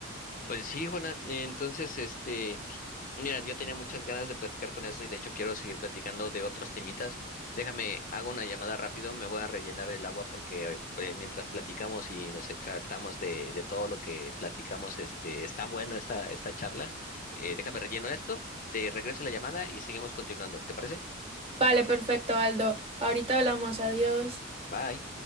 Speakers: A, on the left; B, on the right.
A: Pues sí, Juana, entonces, este... Mira, yo tenía muchas ganas de platicar con eso y de hecho quiero seguir platicando de otros temitas. Déjame, hago una llamada rápido, me voy a rellenar el agua porque eh, pues, mientras platicamos y nos exaltamos de, de todo lo que platicamos, este, está bueno esta, esta charla. Eh, déjame relleno esto, te regreso la llamada y seguimos continuando. ¿Te parece?
B: Vale, perfecto, Aldo. Ahorita hablamos. Adiós.
A: Bye.